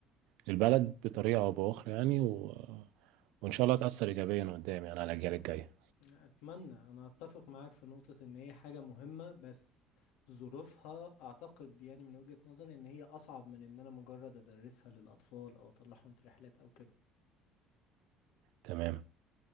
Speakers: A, on the right; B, on the left.
A: للبلد بطريقة أو بأخرى يعني و... وإن شاء الله تأثر إيجابيا قدام يعني على الأجيال الجاية
B: أتمنى أنا أتفق معاك في نقطة إن هي حاجة مهمة بس ظروفها أعتقد يعني من وجهة نظري إن هي أصعب من إن أنا مجرد أدرسها للأطفال أو أطلعهم في رحلات أو كده
A: تمام